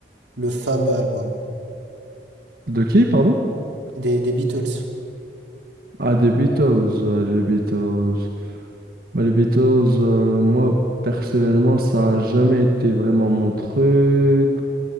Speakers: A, on the right (about 80°); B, on the right (about 55°).
A: Le fameux album
B: De qui, pardon?
A: des, des Beatles.
B: Ah, des Beatles. euh, les Beatles. Bah, les Beatles, euh, moi, personnellement, ça a jamais été vraiment mon truc.